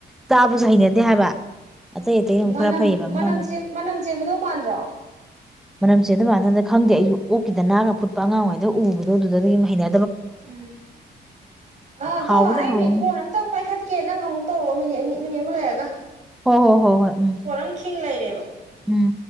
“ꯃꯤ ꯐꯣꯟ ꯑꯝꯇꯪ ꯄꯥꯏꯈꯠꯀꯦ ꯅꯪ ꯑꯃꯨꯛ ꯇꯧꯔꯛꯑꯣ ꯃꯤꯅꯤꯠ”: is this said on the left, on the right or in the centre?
Right